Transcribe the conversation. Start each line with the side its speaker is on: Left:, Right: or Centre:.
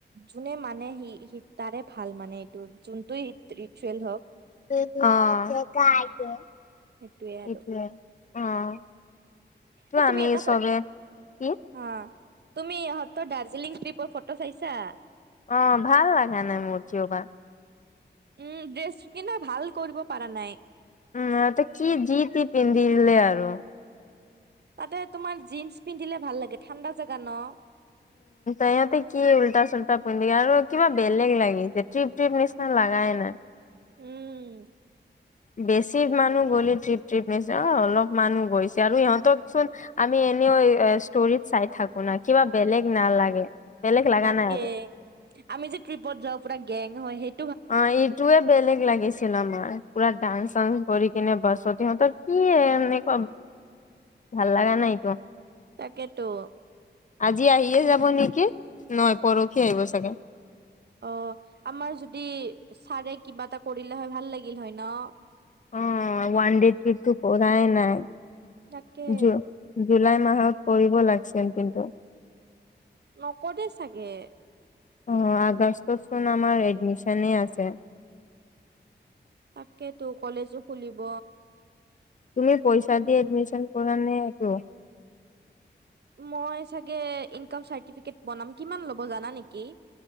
Right: যোনে মানে সি তাৰে ভাল মানে এইটো যোনটোই ৰিচুৱেল হওক
Left: অ, সেইটোৱে
Right: সেইটোয়ে আৰু
Left: অ। তো
Right: এ তুমি
Left: আমি
Right: এটা
Left: চবে
Right: ফ
Left: কি
Right: অ তুমি ইহঁতৰ দাৰ্জিলিং ট্ৰিপৰ ফটো চাইছা?
Left: অ ভাল লাগা নাই মোৰ কিয় বা?
Right: উম, ড্ৰেছ কিন্তু ভাল কৰিব পাৰা নাই।
Left: উম, সিহঁতে কি যি দি পিন্ধি গলে আৰু।
Right: তাতে তোমাৰ জীন্স পিন্ধিলে ভাল লাগে, ঠাণ্ডা জাগা ন। <inaudible>
Left: ইহঁতে কি উল্টা চোল্টা পিন্ধি আৰু কিবা বেলেগ লাগিছে। ট্ৰিপ-ট্ৰিপ নিচিনা লাগাই নাই।
Right: উম।
Left: বেছি মানুহ গ'লে ট্ৰিপ ট্ৰিপ নিচিনা, অ অলপ মানুহ গৈছে আৰু ইহঁতক চোন আমি এনেও এ ষ্টৰিত চাই থাকো না কিবা বেলেগ নালাগে। বেলেগ লগা
Right: তাকেই
Left: নাই আৰু
Right: আমি যে ট্ৰিপত যাওঁ পুৰা গেং হয়। সেই
Left: অ এইটোৱে বেলেগ লাগিছিল আমাৰ। পুৰা ডান্স চান্স কৰি কৰি কিনে বাছত। ইহঁতৰ কি এনেকুৱা ভাল লগা নাইতো।
Right: তাকেটো।
Left: আজি আহিয়ে যাব নেকি? নহয় পৰসি আহিব চাগে।
Right: অ, আমাৰ যদি ছাৰে কিবা এটা কৰিলে হয় ভাল লাগিল হয় ন।
Left: অ, ওৱান ডেৰ ট্ৰিপটো কৰাই নাই।
Right: তাকে।
Left: জু জুলাই মাহত কৰিব লাগছিল কিন্তু।
Right: নকৰে চাগে।
Left: অ আগষ্টত চোন আমাৰ এডমিচনে আছে।
Right: তাকেটো, কলেজো খুলিব।
Left: তুমি পইচা দি এডমিচন কৰা নে এইটো?
Right: মই চাগে ইনকাম চাৰ্টিফিকেট বনাম কিমান ল'ব জানা নেকি?